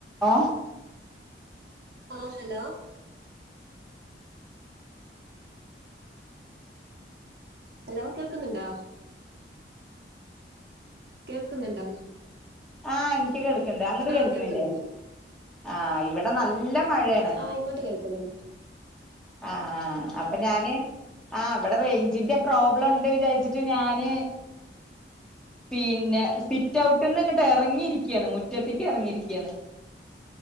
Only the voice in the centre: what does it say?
ഓ
ആഹ് എനിക്ക് കേൾക്കണ്ട്, അങ്ങട്
കേൾക്കണില്ലേ?
ആഹ് ഇവിടെ നല്ല മഴയ.
ആഹ് ആ അപ്പൊ ഞാന് ആ അവിടെ റേയ്ഞ്ചിന്റെ പ്രോബ്ലംണ്ട് വിജാരിച്ചി ഞാന് പിന്നെ സിറ്റവു ട്ട്ന്ന് ഇങ്ങട്ട് എറങ്ങിയിരിക്കെണ് മുറ്റത്തേക്ക് എറങ്ങിരിക്കെണ്.